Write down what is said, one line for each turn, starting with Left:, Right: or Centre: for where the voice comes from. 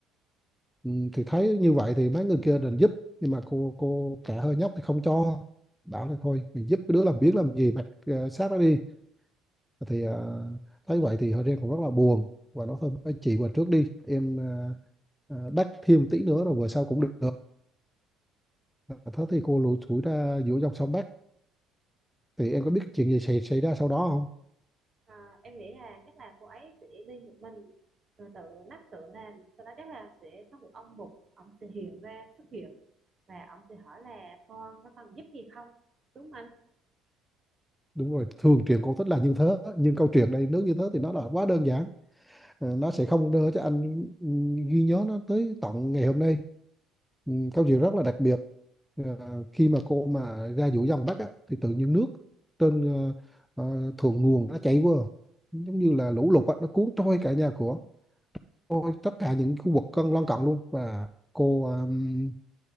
Centre: Ừ, thì thấy như vậy thì mấy người kia định giúp nhưng mà cô cô cả hơi nhóc thì không cho bảo là thôi mình giúp cái đứa làm biếng làm gì mặc ờ, xác nó đi thì ờ, thấy vậy thì hơi riêng cũng rất là buồn và nói thôi mấy chị vào trước đi em ờ, ờ, đắc thêm tí nữa rồi bữa sau cũng được Ờ, thế thì cô lủi thủi ra giữa dòng sông Bắc thì em có biết cái chuyện gì xảy, xảy ra sau đó không
Right: Ờ, em nghĩ là chắc là cô ấy sẽ đi một mình rồi tự mắc tự làm sau đó chắc là sẽ có một ông mục ông sẽ hiện ra xuất hiện và ông sẽ hỏi là con có cần giúp gì không đúng không anh
Centre: đúng rồi thường truyện cổ tích là như thế nhưng câu chuyện đây nếu như thế thì nó là quá đơn giản Ờ, nó sẽ không đưa cho anh ừ, ghi nhớ nó tới tận ngày hôm nay ừ, câu chuyện rất là đặc biệt Ờ, khi mà cô mà ra giữa dòng Bắc á, thì tự nhiên nước trên ờ, ờ, thượng nguồn nó chảy qua giống như là lũ lụt á, nó cuốn trôi cả nhà của, trôi tất cả những khu vực cân lân cận luôn và cô ừm,